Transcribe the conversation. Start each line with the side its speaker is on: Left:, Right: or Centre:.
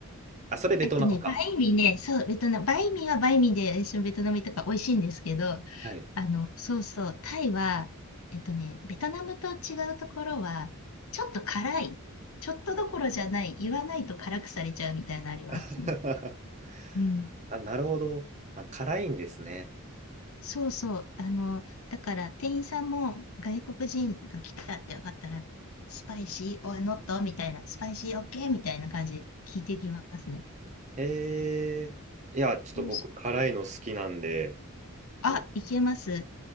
Right: あ、それベトナムか。
Left: えっとね、バインミーね、そう、ベトナム、バインミーはバインミーで、一緒にベトナムとか美味しいんですけど、
Right: はい。
Left: あの、そうそう、タイは、えっとね、ベトナムと違うところは、ちょっと辛い。ちょっとどころじゃない。言わないと辛くされちゃうみたいなのありますね。
Right: <laughs>
Left: うん。
Right: あ、なるほど。あ、辛いんですね。
Left: そうそう。あの、だから店員さんも外国人が来たって分かったら、スパイシー、オアノットみたいな、スパイシーオッケーみたいな感じで聞いてきますね。
Right: へえ。いや、ちょっと僕、
Left: そうそう。
Right: 辛いの好きなんで、
Left: あ、
Right: なんか、
Left: いけます。